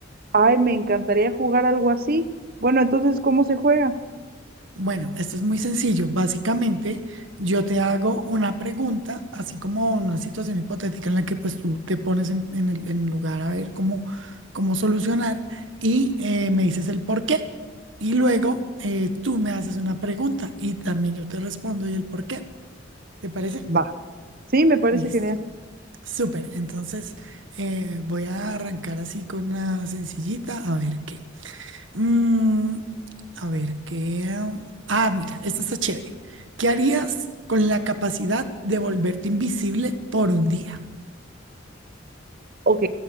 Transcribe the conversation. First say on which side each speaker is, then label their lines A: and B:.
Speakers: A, on the right; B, on the right.
A: Ay, me encantaría jugar algo así. Bueno, entonces, ¿cómo se juega?
B: Bueno, esto es muy sencillo. Básicamente, yo te hago una pregunta, así como una situación hipotética en la que pues tú te pones en, en el en lugar a ver cómo, cómo solucionar y eh, me dices el por qué. Y luego eh, tú me haces una pregunta y también yo te respondo y el por qué. ¿Te parece?
A: Va. Sí, me parece
B: Listo.
A: genial.
B: Súper. Entonces, eh, voy a arrancar así con una sencillita a ver qué. Mm, a ver, ¿qué? um, Ah, mira, esta está chévere. ¿Qué harías con la capacidad de volverte invisible por un día?
A: Ok,